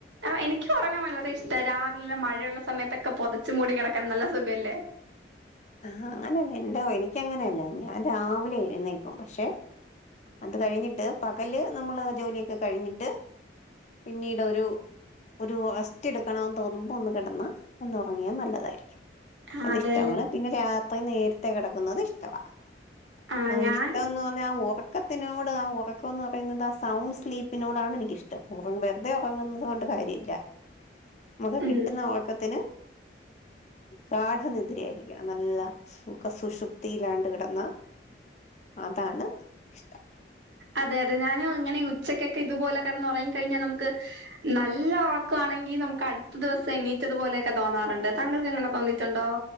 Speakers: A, on the right (about 80°); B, on the left (about 40°).
A: ആഹ് എനിക്ക് ഉറങ്ങാൻ വളരെ ഇഷ്ട രാവിലെമഴയുള്ള സമയത്തൊക്കെ പൊതച്ചു മൂടി കിടക്കാൻ നല്ല സുഖല്ലേ
B: ആഹ അങ്ങനെയല്ല എന്തോ എനിക്കങ്ങനെയല്ല ഞാൻ രാവിലെ എഴുന്നേക്കും പക്ഷെ.. അത് കഴിഞ്ഞിട്ട് പകല് നമ്മളേജോലിയൊക്കെ കഴിഞ്ഞിട്ട് പിന്നീട് ഒരു ഒരു റസ്റ്റ് എടുക്കണോന്ന് തോന്നുമ്പോ ഒന്ന് കിടന്ന് ഒന്ന് ഉറങ്ങിയാൽ നല്ലതായിരിക്കും
A: ആ
B: അതി
A: അതെല്ലേ
B: ഷ്ടമാണ് പിന്നെ രാത്രി നേരത്തെേ കിടക്കുന്നത് ഇഷ്ടവ
A: ആ
B: ആഹ്
A: ഞാൻ
B: ഇഷ്ട്ടന്ന് പറഞ്ഞ ഒറ ക്കത്തിനോട് ആ ഉറക്കം ന്ന് പറയുന്നത് ആ സൗണ്ട് സ്ലീപ്പിനോടാണെനിക്കിഷ്ടം അത് ഉറങ്ങുന്നത് കൊണ്ട് കാര്യല്ല നമുക്ക്
A: ഉം
B: കിട്ടുന്ന ഉറക്കത്തിന് ഗാഡനിദ്യരയായി ക്കനല്ല സുഖ സുഷുപ്തിയിലാണ്ട് കിടന്ന് അതാണ് ഇഷ്ടം
A: അതെ അതെ ഞാൻ ഇങ്ങനെ ഉച്ചക്കൊക്കെ ഇതുപോലെ കിടന്നുറങ്ങി കഴിഞ്ഞാൽ നമുക്ക് നല്ല ഉർക്കോണെങ്കി നമുക്ക് അടുത്ത ദിവസം എണീറ്റത്പോലെയൊക്കെ തോന്നാറുണ്ട് താങ്കൾക്ക് അങ്ങനെ തോന്നിയിട്ടുണ്ടോ